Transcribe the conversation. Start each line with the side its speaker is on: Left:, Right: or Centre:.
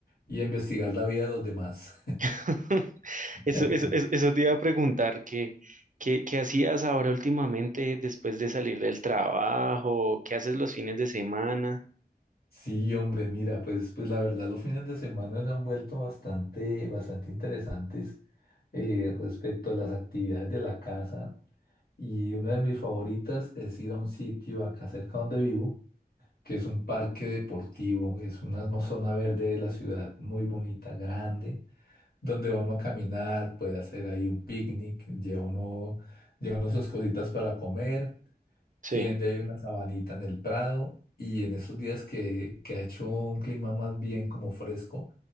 Left: y investigar la vida de los demás.
Right: <laughs> Eso,
Left: <laughs>
Right: eso, eso, eso te iba a preguntar, ¿qué, qué, qué hacías ahora últimamente después de salir del trabajo? ¿Qué haces los fines de semana?
Left: Sí, hombre, mira, pues, pues la verdad los fines de semana se han vuelto bastante, bastante interesantes eh, respecto a las actividades de la casa. Y una de mis favoritas es ir a un sitio acá cerca donde vivo, que es un parque deportivo, es una no- zona verde de la ciudad muy bonita, grande, donde va uno a caminar, puede hacer ahí un picnic, lleva uno, lleva uno sus cositas para comer,
Right: Sí.
Left: tiende ahí una sabanita en el prado y en estos días que, que ha hecho un clima más bien como fresco